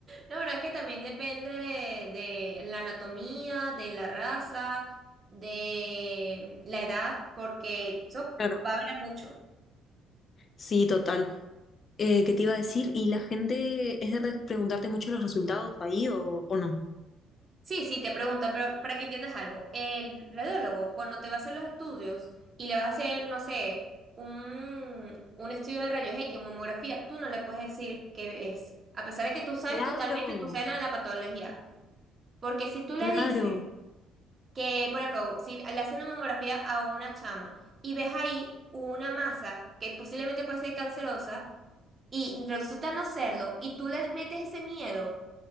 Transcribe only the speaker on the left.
Claro.
Sí, total. Eh, ¿qué te iba a decir? ¿Y la gente es de re- preguntarte mucho los resultados ahí o, o no?
Ujú.
Claro,
claro,